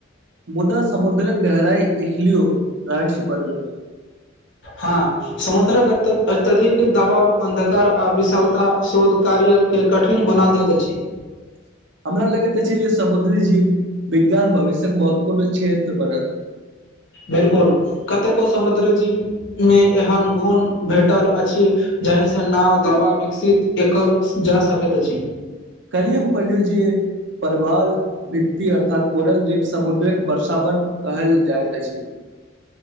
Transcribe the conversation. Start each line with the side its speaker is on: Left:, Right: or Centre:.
Right: मुदा समुद्र गहराई एकखलो रहस्य बनेल छै
Left: हँ समुद्रक अत्यधिक दबाव अन्धकार आ विशालता शोध कार्य के कठिन बना दैत अछि
Right: <inaudible> हमरा लगैत अछि जे समुद्री जीव विज्ञान भविष्य्यक महत्वपूर्ण क्षेत्र बनत <inaudible>
Left: बिलकुल कतेको समुद्र जीवमे एहन गुण भेटल अछि जाहि सँ नाव दावा विकसित एकल जा सकैत अछि
Right: कलियम पलूजी परवाल भित्त अर्थात कोरल दीप समुद्रक वर्षावन कहल जाइत अछि <inaudible>